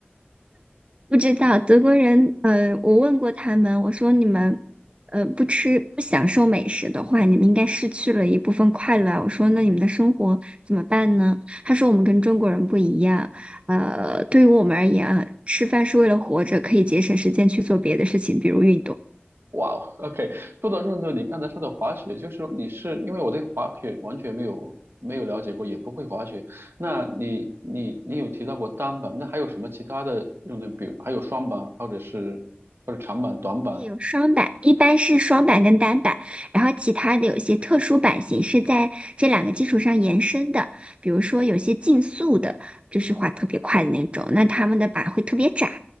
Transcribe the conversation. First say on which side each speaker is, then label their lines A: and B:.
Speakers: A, on the right (about 30°); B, on the right (about 75°).
A: 不知道德国人，呃，我问过他们，我说你们，呃，不吃不享受美食的话，你们应该失去了一部分快乐啊我说那你们的生活怎么办呢？他说我们跟中国人不一样，呃，对于我们而言啊，吃饭是为了活着，可以节省时间去做别的事情，比如运动。
B: <laughs> 哇哦，OK，说到运动，你刚才说的滑雪，就是你是因为我对滑雪完全没有没有了解过，也不会滑雪。那你你你有提到过单板，那还有什么其他的运动？比如还有双板，或者是或者长板、短板？
A: 对，有双板，一般是双板跟单板，然后其他的有一些特殊版型是在这两个基础上延伸的，比如说有些竞速的，就是滑特别快的那种，那他们的板会特别窄，